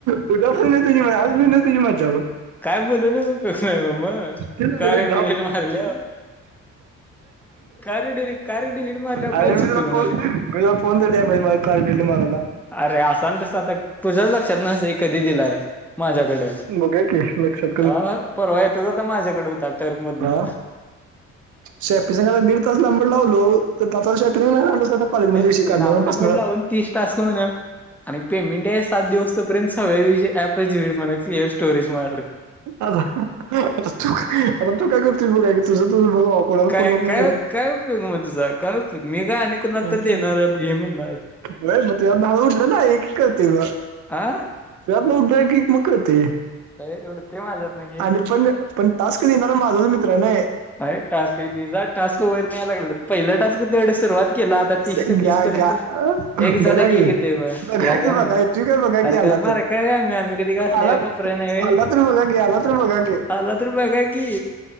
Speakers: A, on the right; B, in the centre.
A: उुठा येत म आजनेत मा जागण.
B: काय बोलूनच उपयोग नाही मग,
A: ते
B: कार्य डिलीट मारल्यावर. कार्य डिलीट कार्य डिलीट मारल्यावर
A: अरे
B: काहीच
A: मी
B: उपयोग
A: तुला
B: होणार
A: फोन
B: नाही.
A: मी फोन <unintelligible> मला कार्य डिलीट मारायला.
B: अरे असां तस आता तुझ्याच लक्षात नस कधी दिलाय माझ्याकड
A: बघा की लक्षात
B: अ परवा येतच आता माझ्याकडे होता. टर्म मधनं
A: का? शेपीसंगाला दीड तास लांबर लावलो तर दच <unintelligible> शेपींग नाहीता कॉलेजमध्ये
B: तेच
A: विषय
B: की
A: काढणार
B: लांबडे
A: आणि बसणार.
B: मध लावून तीस टास्क म्हण. आणि पेमेंट आहे सात दिवस तो पर्यंत सगळ्या दिवशी <unintelligible> ॲप क्लिअर स्टोरेज मारलं.
A: आता. आता तू आता तू काय करत बघाय क तुझं तुझं बघ <unintelligible> कोणाला
B: काय
A: फोन नको
B: काय
A: करू.
B: काय उपयोग मग तुझा काय उपयोग मी का आणि कुणाला
A: नाही
B: तर देणार घे म्हणणार
A: म तुझ्याच नावे उठलं नाही एकेक करते मग.
B: आ.
A: त्यात उदग एक मक ते
B: अय उडते माझ्यात न घे.
A: पण पण टास्क देणारा माझाच मित्र नय.
B: हाय टास्क ति <unintelligible> टास्क वर न्यायला लागला पहिला टास्क तेवढे सुरुवात केला आता
A: से-
B: तीसच्या
A: घ्या
B: तीस
A: घ्या
B: पर्यंत
A: अं?
B: एक झाल
A: बघा
B: की एक येतोव घ्या
A: बघा की
B: घ्या
A: बघा
B: म्हणा
A: तू काय बघा
B: अरे
A: की आला
B: गप मारे.
A: तर
B: काय आम्ही आम्ही कधी घासल्या
A: आला
B: बकऱ्या नाही व्हय
A: आला तर बघा की आला तर बघा की
B: आला तर बघा की.